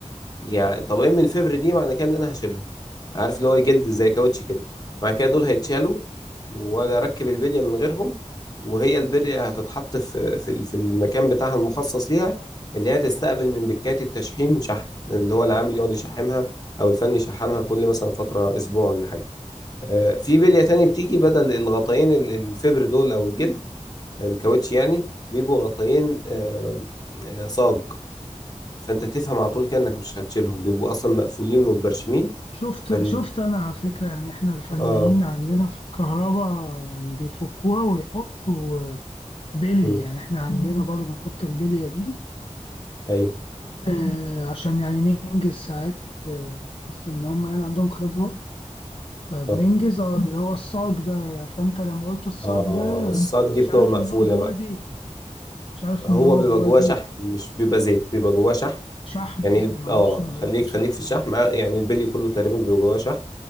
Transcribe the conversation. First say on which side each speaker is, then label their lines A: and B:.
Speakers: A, on the left (about 30°); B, on the left (about 50°).
A: يعني طب ايه من فبر دي معنى كده ان انا هشيلهم عارف اللي هو جلد زي كاوتش كده مع كده دول هيتشالوا واجي اركب البليه من غيرهم وهي البليه هتتحط في في في المكان بتاعها المخصص ليها اللي هي تستقبل من بكات التشحيم شحن اللي هو العامل يقعد يشحمها او الفني يشحمها كل مثلا فتره اسبوع ولا حاجه آه، في بليه تاني بتيجي بدل الغطاين ال- الفبر دول او الجلد الكاوتش يعني بيجوا غطاين آه، آه، صاج فانت تفهم على طول كده انك مش هتشيلهم بيبقوا اصلا مقفولين ومبرشمين
B: شفت
A: فال
B: شفت أنا على فكرة يعني إحنا الفنيين
A: اه
B: عندنا في الكهرباء يعني بيفكوها ويحطوا آه، بلي
A: مم.
B: يعني احنا عندنا برضو بنحط البلية دي
A: ايوه
B: آه عشان يعني ننجز ساعات آه، بحيث ان هم يعني عندهم خبرة فبننجز
A: اه
B: اه اللي هو الصاج ده يعني فانت لما قلت الصاج
A: اه
B: ده
A: الصاج دي
B: مش
A: بتبقى
B: عارف
A: مقفوله
B: ان هو جواه
A: بقى
B: زيت مش عارف
A: هو
B: ان هو
A: بيبقى
B: جواه
A: جواه
B: زيت
A: شحم مش بيبقى زيت بيبقى جواه شحم
B: شحم
A: يعني
B: قصدي
A: ال-
B: ما
A: اه
B: اعرفش ان جواه
A: خليك
B: شحم
A: خليك في الشحم
B: اه
A: آه، يعني البلي كله تقريبا بيبقى جواه شحم